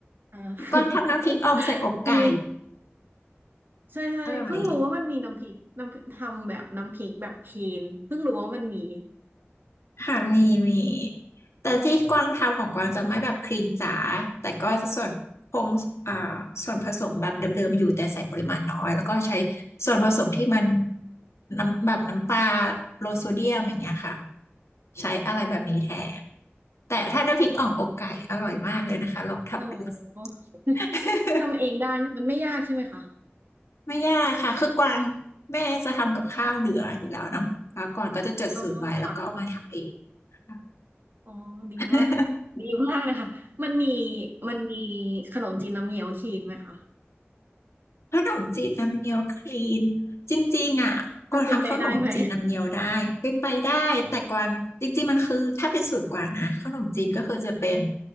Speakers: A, on the right; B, on the left.
A: อ่า
B: ก้อนทำน้ำพริกอ่องใส่อกไก่
A: <laughs> มีใช่ใช่เพิ่งรู้ว่ามันมีน้ำพริกน้ำพริกทำแบบน้ำพริกแบบคลีนเพิ่งรู้ว่ามันมี
B: อร่อย ค่ะมีมีแต่ที่กวางทำของกวางจะไม่แบบคลีนจ๋าแต่ก็ส่วนคงอ่าส่วนผสมแบบเดิมๆอยู่แต่ใส่ปริมาณน้อยแล้วก็ใช้ส่วนผสมที่มันน้ำแบบน้ำปลาโลโซเดียมอย่างเงี้ยค่ะใช้อะไรแบบนี้แทนแต่ถ้าน้ำพริกอ่องอกไก่อร่อยมากเลยนะคะลองทำดู
A: อ๋อ
B: <laughs>
A: ทำเองได้มันไม่ยากใช่ไหมคะ
B: ไม่ยากค่ะคือกวางแม่จะทำกับข้าวเหลืออยู่แล้วเนาะแล้วกวางก็จะจดสูตรไว้แล้วก็เอามาทำเอง
A: อ๋อค่ะ
B: ค่
A: อ๋อดีมากดีมากเลยค่ะมันมี
B: ะ
A: มันมีขนมจีนน้ำเงี้ยวคีนไหมคะ
B: ขนมจีนน้ำเงี้ยวคลีนจริงๆอ่ะกวางทำขนมจีนน้ำเงี้ยวได้เป็นไปได้แต่กวางจริงๆมันคือถ้าเป็นสูตรกวางนะขนมจีนก็คือจะเป็น
A: มันเป็นไปได้ไหม